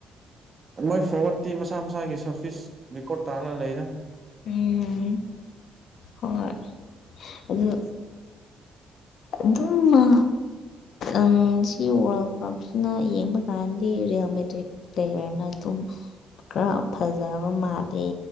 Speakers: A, on the right (about 35°); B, on the left (about 65°).
A: ꯃꯣꯏ ꯐꯣꯔꯋꯥꯠꯇꯤ ꯃꯁꯥ ꯃꯁꯥꯒꯤ ꯁꯦꯜꯐ ꯔꯦꯀꯣꯔꯠ ꯇꯥꯅ ꯂꯩꯔ
B: ꯎꯝ ꯍꯣꯏ ꯑꯗꯨ ꯑꯗꯨ ꯑꯗꯨꯝ ꯃꯥ ꯪ ꯁꯤ ꯋꯥꯔꯜ ꯀꯞꯁꯤꯅ ꯌꯦꯡꯕ ꯀꯥꯟꯗꯤ ꯔꯤꯌꯦꯜꯃꯤ ꯇꯔꯤꯞ ꯀꯔꯅ ꯑꯗꯨꯝ ꯈꯔ ꯐꯖꯕ ꯃꯥꯜꯂꯦ